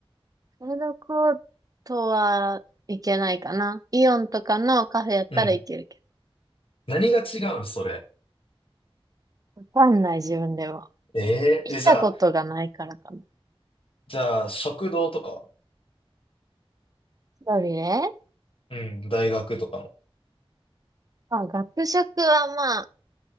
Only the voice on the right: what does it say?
フードコートはいけないかな。イオンとかのカフェやったらいけるけ
ど。わかんない自分では。
行ったことがないからかな。
一人ね。
まあ、学食はまあ、